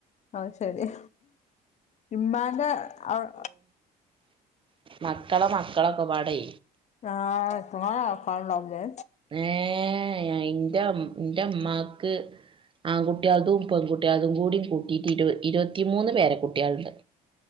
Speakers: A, on the left; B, on the right.
A: അത് ശരിയാ ഇമ്മാന്റെ അവ്
B: മക്കള മക്കളൊക്കെപാടെ
A: ആ എത്രങ്ങാനും ആൾക്കാര്ണ്ടാവും ലേ
B: ഏ അയിന്റമ് ഇന്റെ അമ്മാക്ക് ആൺകുട്ടികൾതും പെൺകുട്ടികൾതും കൂടി കുട്ടീട്ട് ഇരു ഇരുപത്തിമൂന്ന് പേര കുട്ടികള്ണ്ട്.